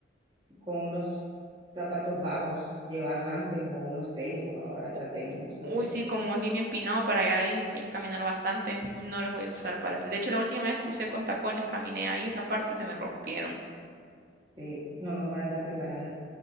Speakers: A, on the right; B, on the right.
A: Con unos zapatos bajos llevas antes o unos tenis, como ahora hasta
B: U-
A: tenis
B: u-
A: usan,
B: Uy,
A: ¿verdad?
B: sí, como es bien empinado para llegar ahí, hay que caminar bastante. No los voy a usar para eso. De hecho, la última vez que usé con tacones, caminé ahí, esa parte se me rompieron.
A: Sí, no, mejor anda preparada.